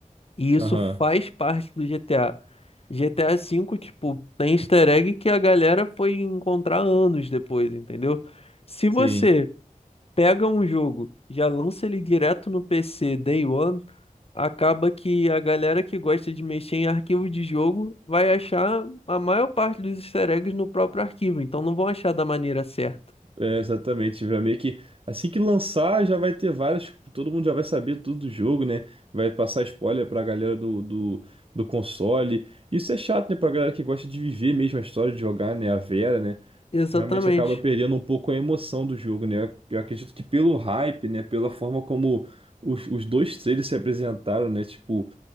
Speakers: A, on the left (about 45°); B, on the right (about 40°).
A: E isso
B: Aham,
A: faz parte do GTA. GTA cinco tipo, tem easter egg que a galera foi encontrar anos depois, entendeu? Se você
B: Sim.
A: pega um jogo, já lança ele direto no PC Day One, acaba que a galera que gosta de mexer em arquivo de jogo vai achar a maior parte dos easter eggs no próprio arquivo, então não vão achar da maneira certa.
B: É, exatamente, vai meio que assim que lançar já vai ter várias, tipo, todo mundo já vai saber tudo do jogo, né? Vai passar spoiler pra galera do, do, do console. Isso é chato, né, pra galera que gosta de viver mesmo a história de jogar, né, a Vera, né?
A: Exatamente.
B: Realmente acaba perdendo um pouco a emoção do jogo, né? Eu eu acredito que pelo hype, né, pela forma como os, os dois trailers se apresentaram, né, tipo